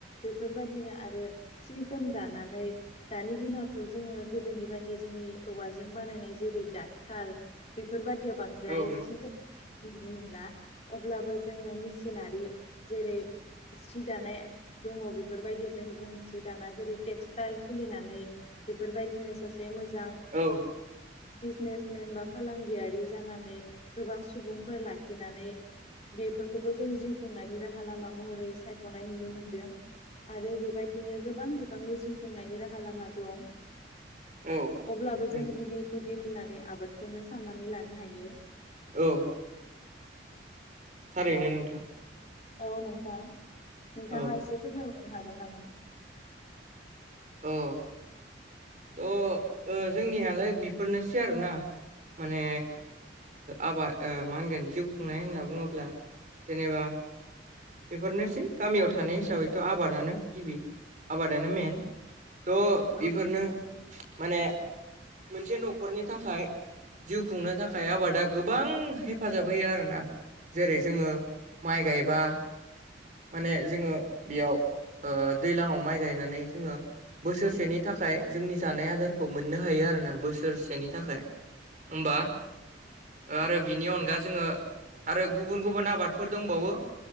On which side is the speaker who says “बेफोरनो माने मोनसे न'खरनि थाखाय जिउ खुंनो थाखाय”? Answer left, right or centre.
Right